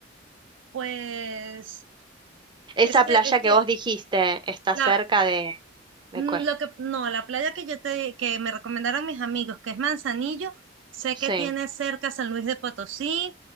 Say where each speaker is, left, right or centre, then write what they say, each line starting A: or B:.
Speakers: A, on the right (about 75°); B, on the right (about 25°).
A: pues,
B: Esa
A: es que,
B: playa
A: es que,
B: que vos dijiste está
A: la-
B: cerca de... ¿De
A: Mm,
B: qué?
A: Lo que, no, la playa que yo te, que me recomendaron mis amigos, que es Manzanillo, sé
B: Sí.
A: que tiene cerca San Luis de Potosí,